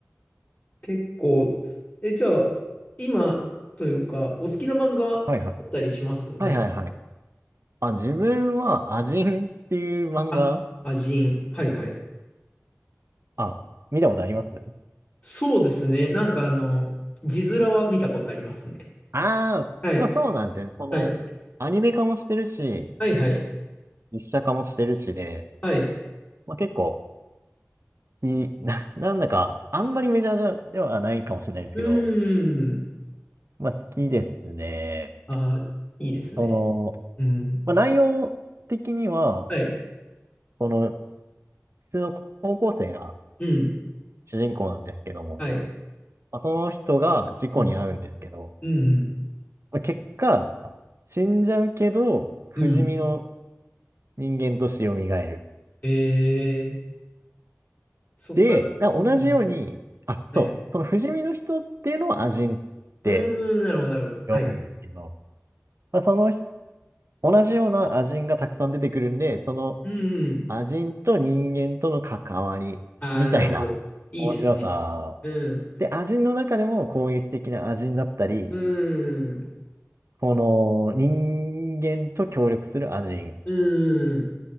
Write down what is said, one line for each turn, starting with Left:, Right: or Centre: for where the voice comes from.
Left: 結構、え、じゃあ、今というか、お好きな漫画あったりします何か。
Right: はいはい。はいはいはい。あ、自分は、アジンっていう漫画、
Left: あ、アジン。はいはい。
Right: あ、見たことあります
Left: そうですね。なんかあの、字面は見たことありますね。
Right: ああー、
Left: はい。
Right: まあそうなんですね。その、
Left: はい。
Right: アニメ化もしてるし、
Left: はいはい。
Right: 実写化もしてるしで、
Left: はい。
Right: まあ結構、いい、<laughs> な、なんだか、あんまりメジャーじゃではないかもしれないんですけど、
Left: うーん。
Right: まあ好きですね。
Left: あー、いいですね。
Right: その、
Left: うん。
Right: まあ内容的には、
Left: はい。
Right: この、普通の高校生が
Left: うん。
Right: 主人公なんですけども、
Left: はい。
Right: まあその人が事故に遭うんですけど、
Left: うん。うん。
Right: まあ結果、死んじゃうけど、不死身の
Left: うん。うん
Right: 人間として蘇る。
Left: えー、そっから。
Right: で、だ同じように、
Left: うんうん。
Right: あ、そう、
Left: はいはい。
Right: その不死身の人っていうのをアジンって
Left: うーん、なるほど、なるほど。
Right: 呼ぶんですけど、
Left: はいはい。
Right: まあ、そのひ同じようなアジンがたくさん出てくるんで、その
Left: うん。
Right: アジンと人間との関わりみたいな面白さ。
Left: ああ、なるほど。いいですね。うん。
Right: で、アジンの中でも攻撃的なアジンだったり、
Left: うーん、
Right: この人間と協力するアジン。
Left: うーん、